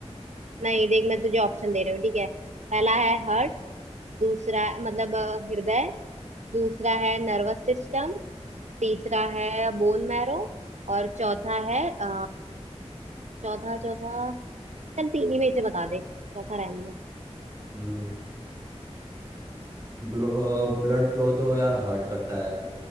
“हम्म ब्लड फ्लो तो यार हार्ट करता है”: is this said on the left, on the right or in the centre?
Right